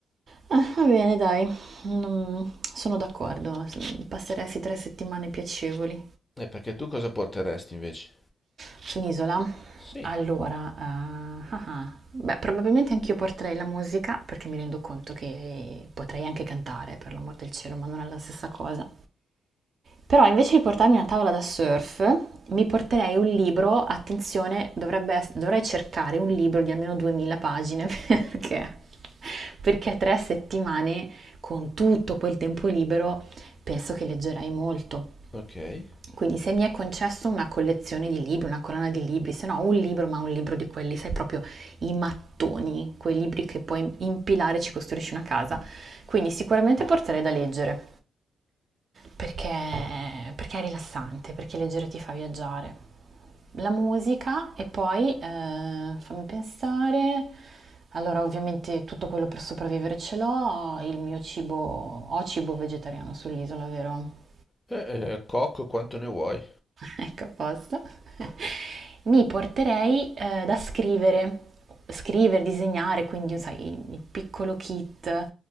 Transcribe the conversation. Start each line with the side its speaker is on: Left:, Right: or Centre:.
Right: Ah, va bene, dai, Non- sono d'accordo, passeresti tre settimane piacevoli.
Left: perché tu cosa porteresti invece?
Right: su un'isola.
Left: Sì,
Right: Allora, eh, ah ah. beh, probabilmente anch'io porterei la musica perché mi rendo conto che potrei anche cantare, per l'amor del cielo, ma non è la stessa cosa. Però invece di portarmi una tavola da surf, mi porterei un libro, attenzione, dovrebbe ess- dovrei cercare un libro di almeno 2000 pagine <laughs> perché, perché tre settimane con tutto quel tempo libero penso che leggerei molto.
Left: ok. Eh,
Right: Quindi se mi è concesso una collezione di libri, una colonna di libri, se no un libro, ma un libro di quelli, sai proprio i mattoni, quei libri che puoi impilare e ci costruisci una casa. Quindi sicuramente porterei da leggere, perché, perché è rilassante, perché leggere ti fa viaggiare. La musica e poi, eh, fammi pensare, allora ovviamente tutto quello per sopravvivere ce l'ho, il mio cibo, ho cibo vegetariano sull'isola, vero?
Left: eh, cocco quanto ne vuoi.
Right: Ecco, a posto. <laughs> Mi porterei eh, da scrivere, scrivere, disegnare, quindi sai, il piccolo kit